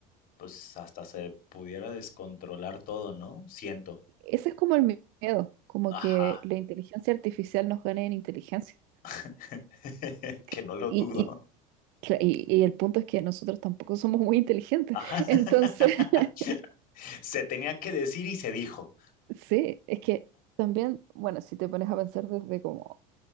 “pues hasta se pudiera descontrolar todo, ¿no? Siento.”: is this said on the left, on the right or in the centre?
Left